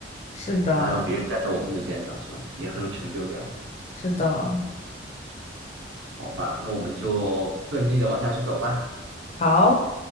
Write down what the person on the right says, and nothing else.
然后让别人站在我们的肩上，是吧？也很有成就感。
好吧，那我们就奋力的往下去走吧。